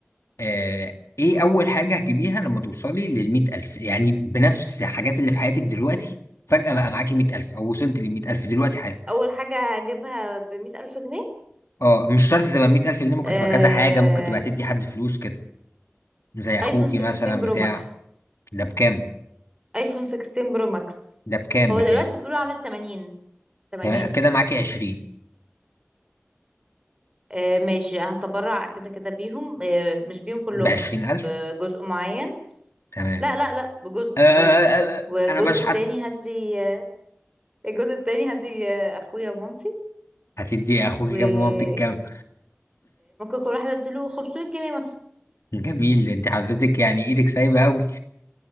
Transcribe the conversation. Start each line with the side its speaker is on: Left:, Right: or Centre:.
Left: آه، ايه أول حاجة هتجيبيها لما توصلي للمية ألف؟ يعني بنفس الحاجات اللي في حياتك دلوقتي فجأة بقى معاكي مية ألف أو وصلت للمية ألف دلوقتي حالا
Right: اول حاجة هجيبها بمية الف جنيه
Left: اه مش شرط تبقى مية ألف اللي ممكن
Right: آه،
Left: تبقى كذا حاجة ممكن تبقى تدي حد فلوس كده زي أخوكي
Right: ايفون 16
Left: مثلا
Right: برو
Left: بتاع
Right: ماكس
Left: ده بكام؟
Right: ايفون 16 برو ماكس
Left: ده بكام
Right: هو
Left: بكام؟
Right: دلوقتي بيقولوا عامل 80 80
Left: تمام كده معاكي عشرين
Right: آه، ماشي هتبرع كده كده بيهم آه، مش بيهم كلهم
Left: بعشرين ألف
Right: بجزء معين
Left: تمام
Right: لا لا لا بجزء
Left: آه آه
Right: بجزء
Left: آه آه، آه،
Right: والجزء
Left: أنا بشحت
Right: التاني هدي آه، الجزء التاني هدي آه، اخويا ومامتي
Left: هتدي اخوك
Right: وممكن
Left: كام ومامتك كام
Right: كل واحد اديله 500 جنيه مثلا
Left: <laughs> جميل انت حضرتك يعني ايدك سايبه قوي